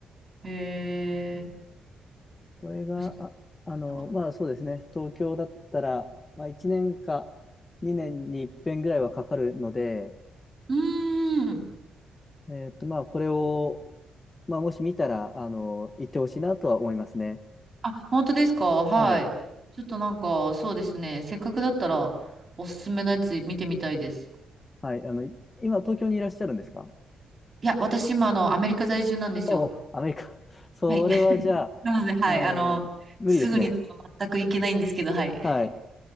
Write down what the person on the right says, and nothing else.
へえ、
初めて聞いた。
う
ーん。
あ、本当ですかはい。
ちょっとなんか、そうですね。せっかくだったら、おすすめのやつ見てみたいです。
いや、私今、あの、アメリカ在住なんですよ。
はい。<laughs> なので、はい。
あの、
すぐにとは全く行けないんですけど、はい。